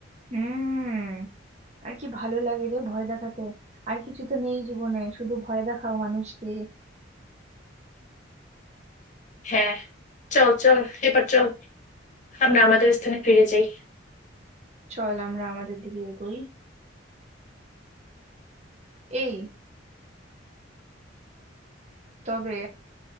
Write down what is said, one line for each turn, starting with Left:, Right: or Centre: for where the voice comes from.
Right: হুম আর কি ভালো লাগে রে ভয় দেখাতে আর কিছু তো নেই জীবনে শুধু ভয় দেখাও মানুষকে
Left: হ্যাঁ চল চল এবার চল আমরা আমাদের স্থানে ফিরে যাই
Right: চল আমরা আমাদের দিকে এগোই এই তবে